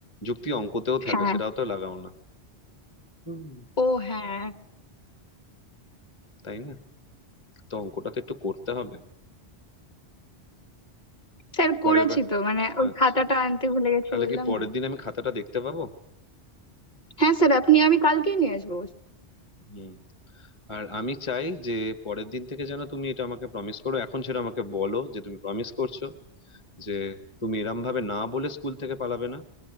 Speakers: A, on the left; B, on the left.
A: যুক্তি অঙ্কতেও থাকে
B: হ্যাঁ
A: সেটাও তো লাগাও না হুম
B: ও হ্যাঁ
A: তাই না তো অঙ্কটা তো একটু করতে হবে
B: স্যার
A: পরের
B: করেছি
A: বার
B: তো মানে ওই
A: আচ্ছা
B: খাতাটা আনতে ভুলে গেছি
A: তাহলে
B: বললাম
A: কি পরের
B: না
A: দিন আমি খাতাটা দেখতে পাবো
B: হ্যাঁ স্যার আপনি আমি কালকেই নিয়ে আসবো
A: হুম আর আমি চাই যে পরের দিন থেকে যেন তুমি এটা আমাকে প্রমিস করো এখন সেটা আমাকে বলো যে তুমি প্রমিস করছো যে তুমি এরম ভাবে না বলে স্কুল থেকে পালাবে না